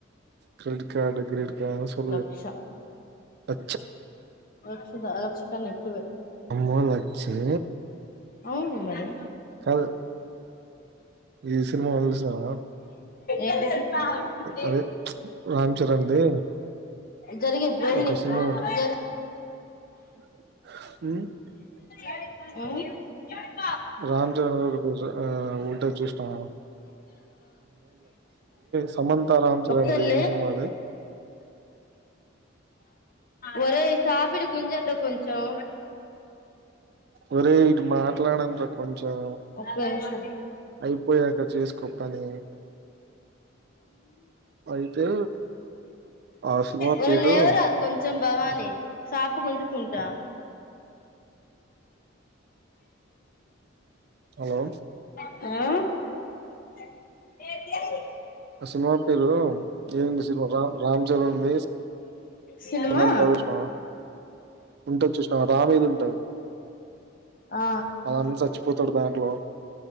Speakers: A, on the right; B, on the left.
A: క్రెడిట్ కార్డు క్రెడిట్ కల్
B: లక్ష
A: ఎ
B: రక్షద రక్షత నెట్వే
A: అమ్మో లక్షే
B: అవును మరి
A: కల్ ఈ సినిమా చూసినావా
B: ఏద రాాలతే
A: అదే రామ్ చరణ్ ది
B: జరిగంది రోహిని
A: ఒక సినిమా
B: అ జ
A: అ
B: అవు
A: రామ్చరణ్ ఒక ఉంట చూస్తం సమంత రామ్ చరణ్
B: కలే
A: ది ఏం సినిమా అది
B: ఒరే సాపిడు గుంజంట కొంచం
A: ఒరే ఇటు మాట్లాదండిరా కొంచెం
B: ఒక్క నిమిషం
A: అయిపోయాక్క చేసుకో పని అయితే ఆసమా
B: ఒరేయ్
A: పేరు
B: లేవరాదు కొంచెం భవాని సాపు గుంజుకుంటా
A: హలో
B: మ్మ్మ్మ్
A: ఆ సినిమా పేరు ఏమింది సినిమా రా రామ్ చరణ్ంది
B: సినిమా
A: సమంతా కృష్ణ ఉంటది చూసినవా కృష్ణ రామ మీది ఉంటది
B: ఆ
A: మనన్ని చచ్చిపోతాడు దాంట్లో